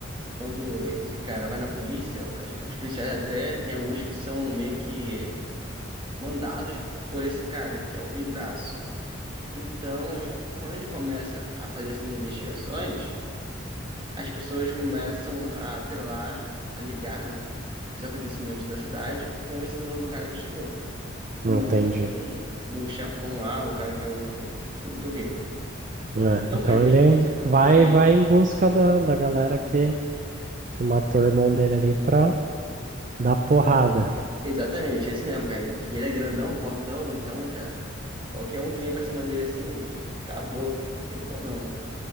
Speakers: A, on the right; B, on the right.
A: Quando esse cara vai na polícia, as- os policiais até tem alguns que são meio que mandados por esse cara, que é o Rio Caso. Então, quando ele começa a fazer essas investigações, as pessoas começam a atrelar, a ligar, né, os acontecimentos da cidade com esse novo cara que chegou,
B: Não
A: e não
B: entendi.
A: com o chefão lá, o cara que é, o, que é, o- que é muito rico.
B: É,
A: Então,
B: então
A: cara, ele
B: ele
A: tem que vencer. pra-
B: vai
A: É,
B: vai em busca da, da galera que, que matou o irmão dele ali pra dar porrada.
A: exatamente, é isso mesmo, cara. E ele é grandão, fortão, então, cara, qualquer um que vem pra cima dele assim, acabou, cara, não tem como não.